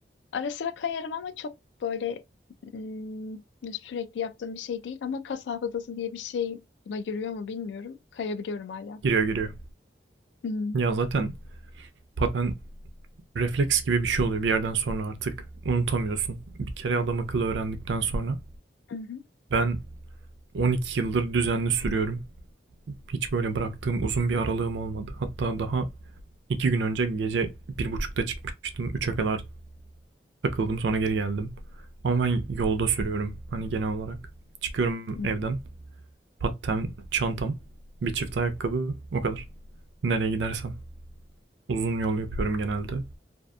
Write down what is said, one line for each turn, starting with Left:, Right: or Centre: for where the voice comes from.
Left: Ara sıra kayarım ama çok böyle ım, sürekli yaptığım bir şey değil ama kas hafızası diye bir şey buna giriyor mu bilmiyorum. Kayabiliyorum hala.
Right: Giriyor giriyor.
Left: Hı hı.
Right: Ya zaten Paten refleks gibi bir şey oluyor bir yerden sonra artık. Unutamıyorsun. Bir kere adam akıllı öğrendikten sonra.
Left: Hı hı.
Right: Ben 12 yıldır düzenli sürüyorum. Hiç böyle bıraktığım uzun bir aralığım olmadı. Hatta daha 2 gün önce gece bir buçukta çıkmıştım. 3'e kadar takıldım sonra geri geldim. Ama ben yolda sürüyorum hani genel olarak. Çıkıyorum
Left: Hı.
Right: evden. Paten, çantam, bir çift ayakkabı o kadar. Nereye gidersem. Uzun yol yapıyorum genelde.